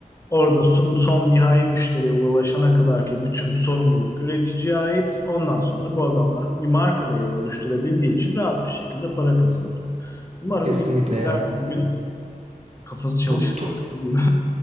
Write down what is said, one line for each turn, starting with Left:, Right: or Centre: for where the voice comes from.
Left: Orada son, son nihai müşteriye ulaşana kadar ki bütün sorumluluk üreticiye ait. Ondan sonra bu adamlar bir marka değeri oluşturabildiği için rahat bir şekilde para kazanıyor. Umarım
Right: kesinlikle
Left: bir
Right: ya.
Left: bir gün kafası çalışır
Right: Bu
Left: artık diyeyim.